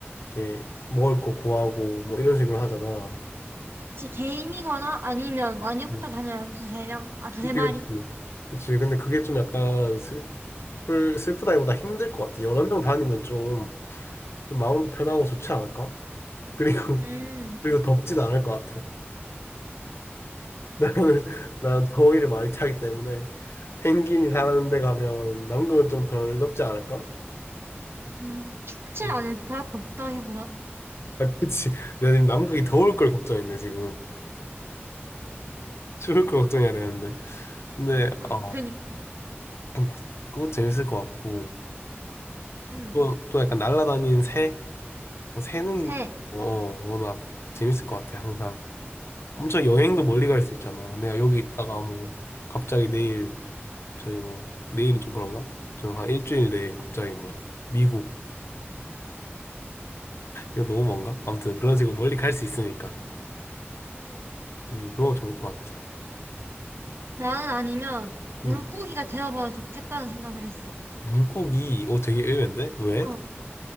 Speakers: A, on the left (about 70°); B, on the right (about 60°).
A: 이렇게 먹을 거 구하고 뭐 이런 식으로 하잖아.
B: 혹시 개인이거나 아니면 많이 붙어
A: 음.
B: 다녀야 한 두세 명? 아, 두세
A: 그치,
B: 마리?
A: 그치. 그치. 근데 그게 좀 약간 슬플, 슬프다기보다 힘들 것 같아. 여러 명 다니면 좀, 좀 마음도 편하고 좋지 않을까? <laughs> 그리고,
B: 음,
A: 그리고 덥진 않을 것 같아. <laughs> 나는, 난 더위를 많이 타기 때문에 펭귄이 사는 데 가면 남극은 좀 덜 덥지 않을까?
B: 음, 춥지
A: 음.
B: 않을까? 덥다기보다.
A: 아, 그치. 내가 지금 남극이 더울 걸 걱정했네, 지금. 죽을 걸 걱정해야 되는데. 근데,
B: 어,
A: 어,
B: 그니까.
A: 그거 재밌을 것 같고.
B: 음,
A: 또, 또 약간 날아다니는 새? 뭐 새는,
B: 새.
A: 어, 워낙 재밌을 것 같아, 항상. 엄청 여행도 멀리 갈 수 있잖아. 내가 여기 있다가 뭐, 갑자기 내일, 저희 뭐, 내일은 좀 그런가? 좀 한 일주일 내에 갑자기 뭐, 미국. 이거 너무 먼가? 아무튼 그런 식으로 멀리 갈 수 있으니까.
B: 음,
A: 음, 그런 거 좋을 것 같아.
B: 나는 아니면 물고기가
A: 음.
B: 되어봐야 좋겠다는 생각을 했어.
A: 물고기, 오, 되게 의외인데? 왜?
B: 어.